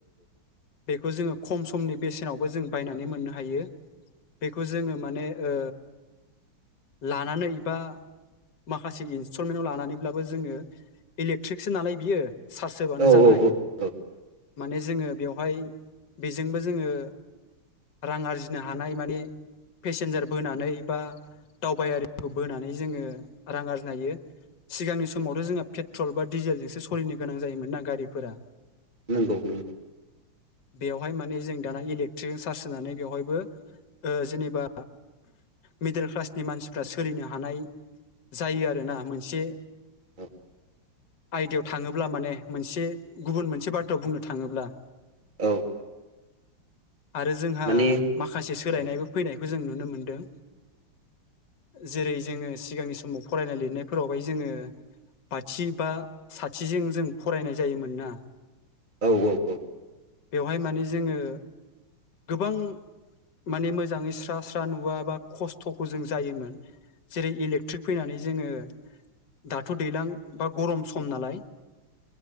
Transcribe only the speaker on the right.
औ नंगौ औ
औ औ
नंगौ नंगौ।
औ।
औ।
माने
औ
औ औ औ।